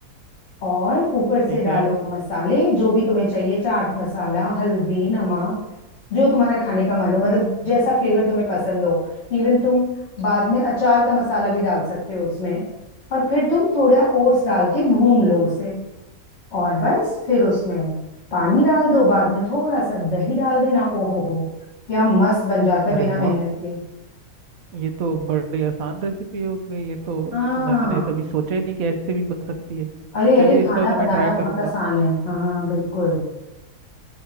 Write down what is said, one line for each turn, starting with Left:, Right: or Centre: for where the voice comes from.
Left: और ऊपर से
Right: ठीक
Left: डालो
Right: है
Left: मसाले जो भी तुम्हें चाहिए चाट मसाला हल्दी नमक जो तुम्हारा खाने का मन हो मतलब जैसा फ्लेवर तुम्हें पसंद हो इवन तुम बाद में अचार का मसाला भी डाल सकते हो उसमें और फिर तुम थोड़ा ओट्स डाल के भून लो उसे और बस फिर उसमें पानी डाल दो बाद में थोड़ा सा दही डाल देना ओहो हो क्या मस्त बन जाता है
Right: अरे
Left: बिना मेहनत
Right: वाह
Left: के
Right: ये तो बड़ी आसान रेसिपी हो गई ये तो
Left: हाँ
Right: मैंने कभी सोचा ही नहीं कि ऐसे भी बन सकती है
Left: अरे
Right: चलिए
Left: अरे
Right: इसको
Left: खाना
Right: तो
Left: बनाना
Right: मैं ट्राई करूंगा
Left: बहुत आसान है हाँ बिल्कुल